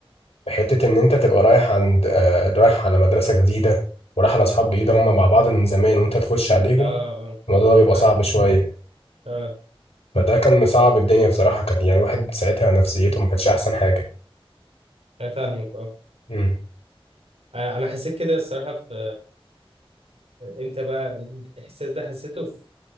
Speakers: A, on the left; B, on the right.
A: حته ان انت تبقى رايح عند آه، رايح على مدرسه جديده ورايح على اصحاب جديده هم مع بعض من زمان وانت تخش عليهم
B: اه اه
A: الموضوع ده
B: انا
A: بيبقى
B: فاهمك
A: صعب شويه
B: اه
A: فده كان صعب الدنيا بصراحه كان يعني الواحد ساعتها نفسيته ما كانتش احسن حاجه
B: انا فاهمك اه
A: امم
B: انا انا حسيت كده الصراحه في امتى بقى الاحساس ده حسيته في